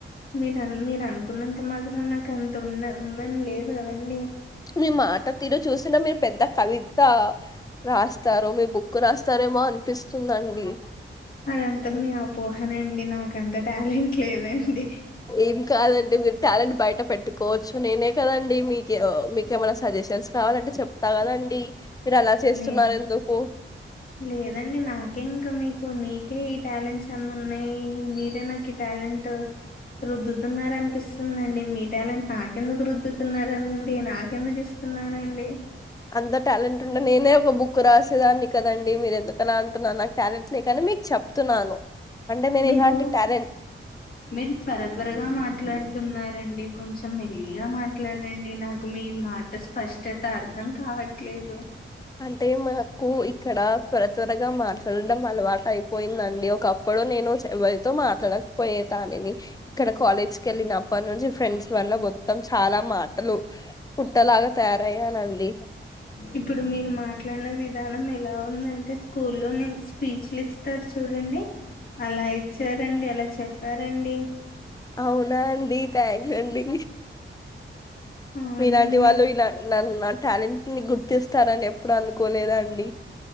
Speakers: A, on the left; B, on the left.
A: మీరు మీరు అనుకున్నంత మాత్రన్నా నక్ అంత ఉన్న ఉండని లేదు కదండీ.
B: మీ మాట తీరు చూస్తుంటే మీర్ పెద్ద కవిత రాస్తారు. మీ బుక్ రాస్తారేమో అనిపిస్తుందండి.
A: అదంతా మీ ఆపోహనే అండి. నాకంత టాలెంట్ లేదండి.
B: ఏం కాదండి. మీరు టాలెంట్ బయట పెట్టుకోవచ్చు. నేనే కదండి మీకు మీకేమైనా సజెషన్స్ కావాలంటే చెప్తా కదండి. మీరు అలా చేస్తున్నారు
A: లే
B: ఎందుకు
A: లేదండి నాకే ఇంకా మీకు మీకే ఇ టాలెంట్స్ అన్ని ఉన్నాయి. మీరే నాకు ఈ టాలెంట్ రుద్దుతున్నార అనిపిస్తుందాండి. మీ టాలెంట్ నాకెందుకు రుద్దుతున్నారంండి. నాకెందుకు ఇస్తున్నారంండి.
B: అంత టాలెంట్ ఉంటే నేనే బుక్ రా చ్చదాన్ని కదండి మీరు ఎందుకలా అంటున్నారు నాకు టాలెంట్ని కానీ మీకు చెప్తున్నాను అంటే నేను
A: మీరు
B: ఇలాంటి టాలెంట్
A: మీరు త్వర త్వరగా మాట్లాడుతున్నారు రండి కొంచెం మెల్లిగా మాట్లాడండి నాకు మీ మాట స్పష్టత అర్థం కావట్లేదు
B: అంటే మాకు ఇక్కడ త్వర త్వరగా మాట్లాడడం అలవాట అయిపోయిందండి ఒకప్పుడు నేను ఎవరితో మాట్లాడకపోయే దానిని ఇక్కడ కాలేజ్కి వెళ్ళినప్పటి నుంచి ఫ్రెండ్స్ వల్ల మొత్తం చాలా మాటలు పుట్టలాగా తయారయ్యానండి
A: ఇప్పుడు మీరు మాట్లాడిన విధానం ఎలా ఉందంటే స్కూల్లో నేను స్పీచ్లు ఇస్తారు చూడండి అలా ఇచ్చారండి ఎలా చెప్పారండి
B: అవునా అండి థ్యాంక్స్ అండి
A: అవునండి
B: మీలాంటి వాళ్ళు ఇలా నన్ టాలెంట్ ని గుర్తిస్తారని ఎప్పుడు అనుకోలేదండి